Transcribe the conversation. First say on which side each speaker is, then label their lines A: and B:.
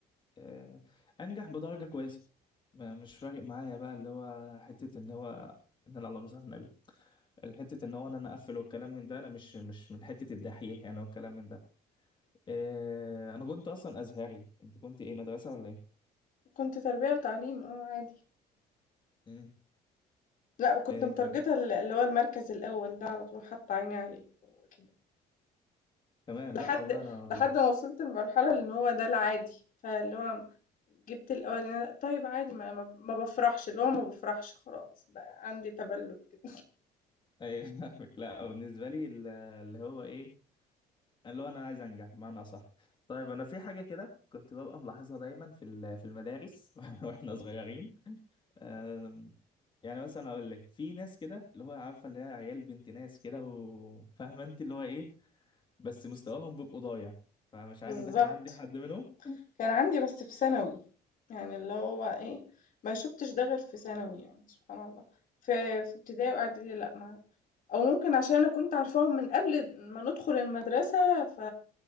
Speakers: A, on the left; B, on the left.
A: آه، انجح بدرجه كويسه ما- مش فارق معايا بقى اللي هو حته اللي هو ان انا اللهم صل على النبي الحتة ان هو انا أنا اقفل والكلام من ده انا مش مش من حتة الدحيح يعني والكلام من ده إيه انا كنت اصلا ازهري انت كنت ايه مدرسة ولا ايه
B: كنت تربية وتعليم آه عادي.
A: مم.
B: لأ كنت
A: إيه
B: متارجته ال اللي هو المركز الأول ده على طول حاطة عيني عليه، هو كده.
A: كمان
B: لحد
A: لا والله انا
B: لحد ما وصلت لمرحلة إن هو ده العادي، فاللي هو جبت الأولاني طيب عادي ما ما ما بافرحش، اللي هو ما بافرحش خلاص بقى عندي تبلد كده.
A: ايه <laughs> فاهمك. لا
B: <laughs>
A: بالنسبة لي ال- اللي هو ايه اللي هو انا عايز انجح بمعنى صح طيب انا في حاجة كده كنت ببقى ملاحظها دايما في ال- في المدارس <laughs> واحنا صغيرين آم، يعني مثلا اقول لك في ناس كده اللي هو عارفه اللي هي عيال بنت ناس كده وفاهمه انت اللي هو ايه بس مستواهم بيبقوا ضايع فمش
B: بالضبط.
A: عارف ده كان عندي حد منهم <laughs>
B: كان عندي بس في ثانوي، يعني اللي هو إيه، ما شُفتش ده غير في ثانوي يعني سبحان الله، في في ابتدائي وإعدادي لأ ما أو ممكن عشان أنا كنت عارفاهم من قبل ما ندخل المدرسة ف